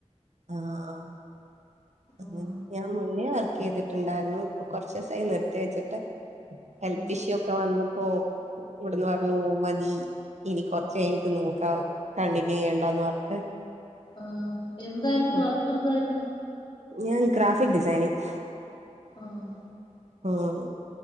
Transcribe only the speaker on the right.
ആഹ്ഹാഅങ്ങനെ
ഞാൻ മുന്നേവർകെയ്തിട്ടുണ്ടായിരുന്നു ഇപ്പൊ കൊറച്ചുസായി നിർത്തി വെച്ചിട്ട്. ഹെൽത്ത്ഇഷ്യൂ
ഒക്കെ വന്നപ്പോ ഇവിടുന്ന് പറഞ്ഞു മതി ഇനി കൊറച് കഴിഞ്ഞിട്ട് നോക്കാം കണ്ടിന്യൂ ചെയ്യണ്ടാന്ന് പറഞ്ഞിട്ട്
ഉം.
ഞാൻ ഗ്രാഫിക് ഡിസൈനിങ്
ആഹ്